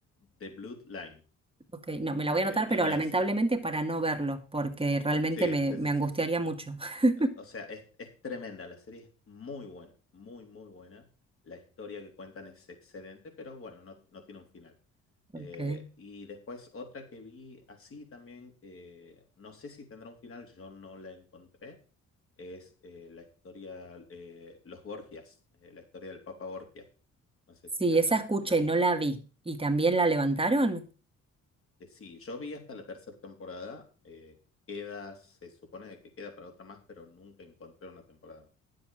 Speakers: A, on the left; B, on the right.
A: The Bloodline,
B: Ok, no, me la
A: la
B: voy a anotar,
A: línea
B: pero lamentablemente
A: de sangre.
B: para no verlo, porque realmente
A: Sí,
B: me,
A: sí,
B: me
A: sí,
B: angustiaría
A: sí, sí.
B: mucho. <laughs>
A: O sea, es, es tremenda, la serie es muy buena, muy, muy buena. La historia que cuentan es excelente, pero bueno, no, no tiene un final.
B: Ok.
A: Eh, y después otra que vi así también, que no sé si tendrá un final, yo no la encontré, es eh, la historia, eh, Los Borgias, eh, la historia del Papa Borgia. No sé
B: Sí,
A: si la,
B: esa escuché,
A: si la viste.
B: no la vi. ¿Y también la levantaron?
A: Eh, eh, sí, yo vi hasta la tercera temporada, eh, queda, se supone que queda para otra más, pero nunca encontré una temporada más.